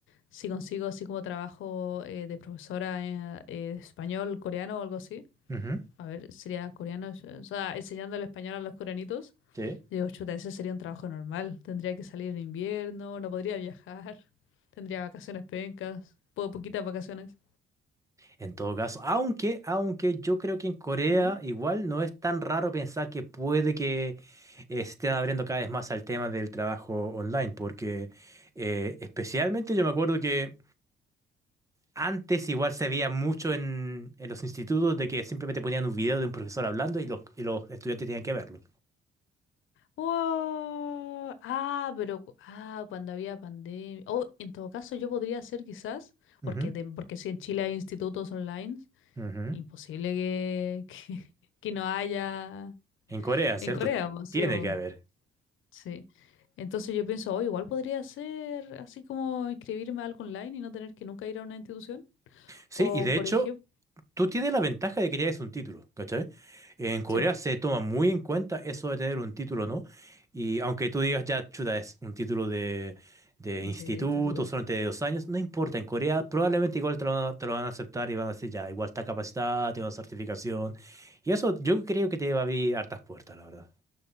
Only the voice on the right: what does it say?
Ujú,
Sí.
En todo caso, aunque, aunque yo creo que en Corea
igual no es tan raro pensar que puede que eh, se esté abriendo cada vez más al tema del trabajo online, porque eh, especialmente yo me acuerdo que antes igual se veía mucho en, en los institutos de que simplemente ponían un video de un profesor hablando y los, y los estudiantes tenían que verlo.
Ujú,
ujú.
En Corea, ¿cierto?
Tiene
que haber.
Sí,
y de
hecho,
tú tienes la ventaja de que tienes un título, ¿cachai? En Corea
se toma muy en cuenta eso de tener un título, ¿no? Y aunque tú digas, ya, chuta, es un título de, de instituto,
solamente de dos años, no importa, en Corea probablemente igual te lo, van a- te lo van a aceptar y van a decir, ya, igual está capacitada, tiene una certificación. Y eso yo creo que te va a abrir hartas puertas, la verdad.